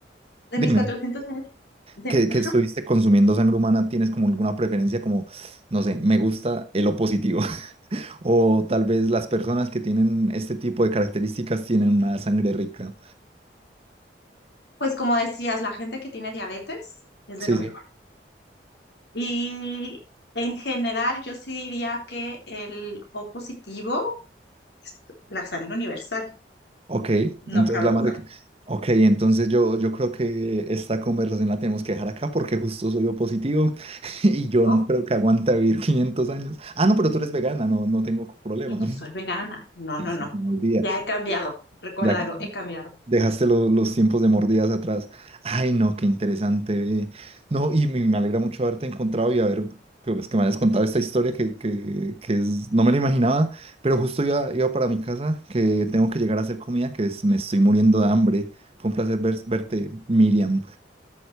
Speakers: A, on the left; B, on the right.
A: De
B: dime,
A: mis 400 años, de-
B: que,
A: ajá.
B: que estuviste consumiendo sangre humana, ¿tienes como alguna preferencia como, no sé, me gusta el O positivo? <laughs> O tal vez las personas que tienen este tipo de características tienen una sangre rica.
A: Pues como decías, la gente que tiene diabetes es
B: Sí
A: de lo mejor.
B: Sí,
A: Y en general, yo sí diría que el O positivo es la sangre universal,
B: Ok,
A: no
B: entonces
A: cabe
B: la madre...
A: duda.
B: Ok, entonces yo, yo creo que esta conversación la tenemos que dejar acá porque justo soy yo positivo <laughs> y yo
A: Oh,
B: no creo que aguante vivir <laughs> 500 años. Ah, no, pero tú eres vegana, no, no tengo problema.
A: y yo
B: <laughs>
A: soy vegana. No,
B: Sí,
A: no,
B: sí,
A: no.
B: se me olvida.
A: Ya he cambiado, recuérdalo,
B: Ya
A: he cambiado.
B: Dejaste lo- los tiempos de mordidas atrás. Ay, no, qué interesante. ve. No, y me, me alegra mucho haberte encontrado y haber, pues, que me hayas contado esta historia que, que, que es, no me lo imaginaba, pero justo iba, iba para mi casa, que tengo que llegar a hacer comida, que es- me estoy muriendo de hambre. Fue un placer ver- verte, Miriam.